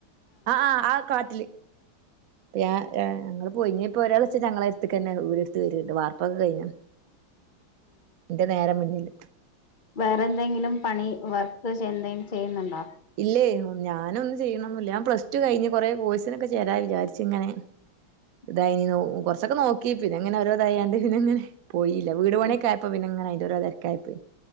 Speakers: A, on the right (about 80°); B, on the left (about 50°).
A: ആഹ് ആ കാട്ടില്. യായാ ഞങ്ങള് പോയിഞ്ഞ ഇപ്പോ ഒരാൾ വെച്ച ഞങ്ങളെടുത്ത്ക്ക്ന്നെ വീടെടുത്ത് വരിണ്ട് വർപ്പൊക്കെ കഴിഞീണ് ന്റെ നേരെ മുന്നില്.
B: വേറെന്തെങ്കിലും പണി വർക്ക് എന്തേലും ചെയ്യുന്നുണ്ടോ?
A: ഇല്ലേ ഞാനൊന്നുംചെയ്ണോ ന്നൂല്യ ഞാൻ പ്ലസ് ടു കഴിഞ്ഞ് കൊറെേ കോഴ്സിനൊക്കെ ചേരാന്ന് വിചാരിച്ച് ഇങ്ങനെ-
B: <inaudible>
A: ഇതായി നീ കൊർച്ചൊക്കെ നോക്കി പിന്നെങ്ങനെ ഓരോതായാണ്ട് പിന്നെ ങ്ങനെ. പോയില്ല വീട് പണിയൊക്കെആയപ്പോ
B: ഉം
A: പിന്നെ ങ്ങനെ അയിന്റെ ഓരോ തേര്ക്കായി പ്പോയി.